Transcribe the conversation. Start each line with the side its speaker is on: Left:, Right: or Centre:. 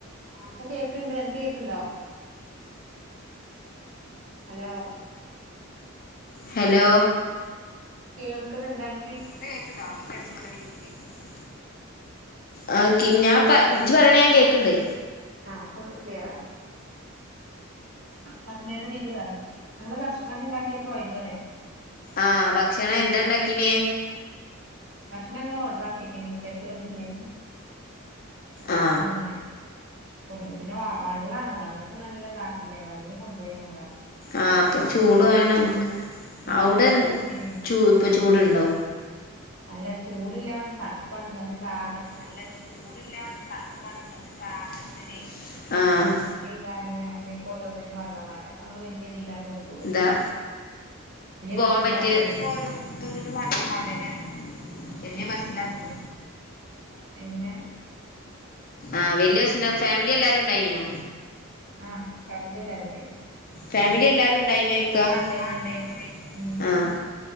Right: ആ പ്പൊ കേക്ക്ണ്ട് അന്ക് കേക്ക്ണ്ടോ ഹലോ
Left: ഹലോ
Right: കേൾക്ക്ണ്‌ണ്ടോ അൻ
Left: പ്പൊ കേക്ക്ണ്ടോ <unintelligible> ആ <unintelligible> ഞാൻ പ ഇജ്ജ് പറയണ ഞാൻ കേക്ക്ണ്ട്
Right: ആ പ്പൊ ക്ലിയർ ആണ് പറഞ്ഞ ടീൽ ഇതായി ഞങ്ങള് ഭക്ഷണൊക്കെ ഉണ്ടാക്കിയാ പോയത് റിയ
Left: ആഹ് ഭക്ഷണം എന്താണ്ടാക്കിനേ
Right: ഭക്ഷണം ഞങ്ങള് ഓർഡർ ആക്കിക്കെന് ഉച്ചക്കുള്ള ബിരിയാണി
Left: ആ
Right: അങ്ങനെ കൊണ്ടുപോയി പിന്നെ വ വള്ളാണ് വള്ളത്തിന് നല്ലതാഹല്ലേ വള്ളം കൊണ്ടോയി നല്ലോണം
Left: ആ അപ്പൊ ചൂട് വേണംക്ക്
Right: ഉം
Left: അവിടെ
Right: വല്യ ഡ്രമ്മില്
Left: ചൂ ഇപ്പൊ
Right: അങ്ങനെ
Left: ചൂടുണ്ടോ
Right: കൊണ്ടോയി അല്ല ചൂടില്ലാ തണുപ്പാണ് നല്ല ദാഹ
Left: അല്ല ചൂടില്ല തണുപ്പാണ് നല്ല ദാഹത്തിനെ ആഹ്
Right: കാനേ അങ്ങനെയൊക്കെ ഓരോന്നിനും വള്ളമാണ്‌ണ്ടേ അപ്പൊങ്ങള് വല്ല്യതീലങ് കൊണ്ടോയി
Left: അഹ് പോവാൻ
Right: ബസ്സിലാ
Left: പറ്റിയ
Right: പോയിനത്
Left: <unintelligible> തൊന്നന <unintelligible> വല്ല്യ ബസില <unintelligible>
Right: എങ്ങനെ
Left: ആഹ് വല്യയസിന ഫാമിലി എല്ലാരും ഉണ്ടായിനോ
Right: ആഹ് ഫാമിലി എല്ലാരും ണ്ടെയിനിം
Left: ഫാമിലി എല്ലാരും ഉണ്ടായിനോയ്ക്ക ആഹ്
Right: ഇണ്ടായിനി ഇണ്ടായിനി
Left: ണ്ടെയിനിം ണ്ടെയിനിം
Right: ഉം
Left: ആഹ്